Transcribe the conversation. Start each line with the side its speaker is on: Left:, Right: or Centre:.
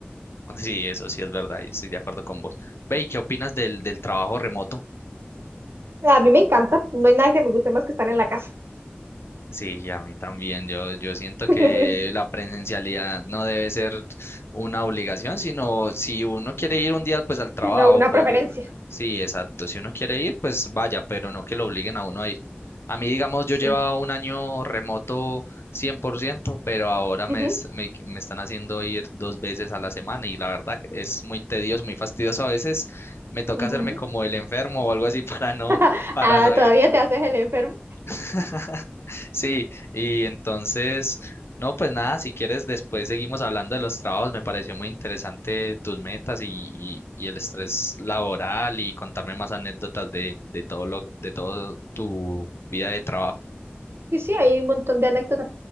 Left: Sí, eso sí es verdad, y estoy de acuerdo con vos. Ve, ¿y qué opinas del, del trabajo remoto?
Right: A mí me encanta, no hay nada que me guste más que estar en la casa,
Left: Sí, y a mí también. Yo, yo siento que
Right: <laughs>
Left: la presencialidad no debe ser una obligación, sino si uno quiere ir un día, pues al trabajo,
Right: sino una
Left: por...
Right: preferencia.
Left: Sí, exacto. Si uno quiere ir, pues vaya, pero no que lo obliguen a uno a ir. A mí, digamos, yo
Right: Sí.
Left: llevaba un año remoto 100%, pero ahora
Right: Ujú,
Left: me, es- me, me están haciendo ir dos veces a la semana y la verdad que es muy tedioso, muy fastidioso. A veces me toca
Right: ujú.
Left: hacerme como el enfermo o algo así <laughs> para no,
Right: <laughs>
Left: para
Right: Ah,
Left: no
Right: todavía
Left: ir.
Right: te haces el enfermo.
Left: <laughs> Sí, y entonces, no, pues nada, si quieres, después seguimos hablando de los trabajos. Me pareció muy interesante tus metas y, y- y el estrés laboral y contarme más anécdotas de, de todo lo, de todo tu vida de trabajo.
Right: Sí, sí, hay un montón de anécdotas.